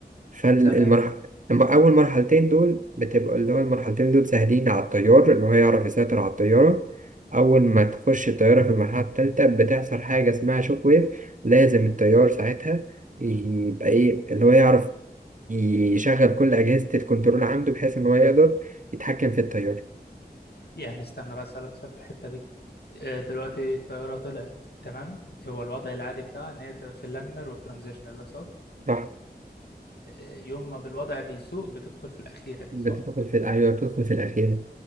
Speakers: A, on the right; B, on the left.
A: فالمرحلة
B: تمام
A: أول مرحلتين دول بتبقى اللي هو المرحلتين دول سهلين على الطيار إن هو يعرف يسيطر على الطيارة أول ما تخش الطيارة في المرحلة التالتة بتحصل حاجة اسمها شوك ويف لازم
B: امم
A: الطيار ساعتها يبقى إيه اللي هو يعرف يشغل كل أجهزة الكنترول عنده بحيث إن هو يقدر يتحكم في الطيارة
B: يعني استنى بقى اسالك سؤال في الحته دي آه، دلوقتي الطياره طلعت تمام هو الوضع العادي بتاعها ان هي تبقى في اللامينر والترانزيشنال ده صح
A: صح
B: آه، يوم ما بالوضع بيسوء بتدخل في الاخيره دي
A: بتدخل
B: صح
A: في أيوه بتدخل في الأخيرة